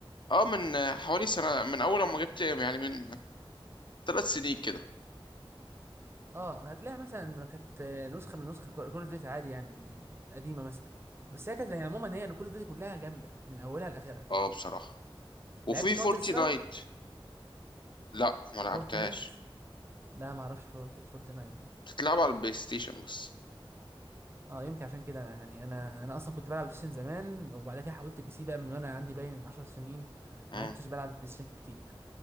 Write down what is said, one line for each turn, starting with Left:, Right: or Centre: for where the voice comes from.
Left: اه من حوالي سنة من اول ما جبت يعني من ثلاث سنين كده
Right: اه هتلاقيها مثلا كانت آه، نسخه من نسخ كول اوف ديوتي عادي يعني القديمه مثلا بس هي كانت يعني عموما هي ان كول اوف ديوتي كلها جامده من اولها لاخرها
Left: اه بصراحة
Right: لعبت
Left: وفي
Right: كاونتر
Left: فورتي
Right: سترايك
Left: نايت لا ما لعبتهاش
Right: فورتنايت لا ما اعرفش فورت... فورتنايت دي
Left: بتتلعب على البلاي ستيشن بس
Right: اه يمكن عشان كده انا يعني انا انا اصلا كنت بلعب بلاي ستيشن زمان وبعد كده حولت بي سي بقى من وانا عندي باين 10 سنين
Left: مم.
Right: ما عدتش بلعب بلاي ستيشن كتير